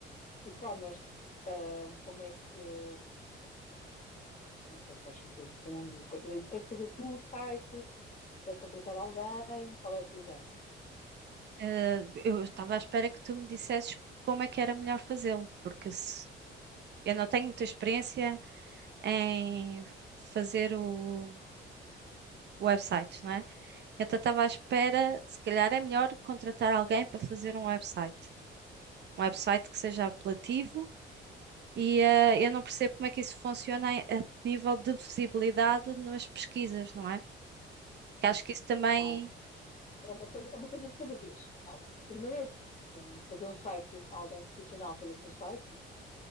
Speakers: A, on the left (about 40°); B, on the right (about 60°).
A: e-commerce. Ah, como é que. Não sei quais são os teus fundos, queres fazer, queres fazer tu o site, queres contratar alguém, qual é a tua ideia?
B: Eh, eu estava à espera que tu me dissesses como é que era melhor fazê-lo, porque se- eu não tenho muita experiência em fazer o o website, não é? Então estava à espera, se calhar é melhor contratar alguém para fazer um website. Um website que seja apelativo e eh, eu não percebo como é que isso funciona em- a nível de visibilidade nas pesquisas, não é? Que acho que isso também.
A: Calma, é uma coisa, é uma coisa de cada vez. Calma. Primeiro é assim, ah, fazer um site, alguém profissional fazer-te um site,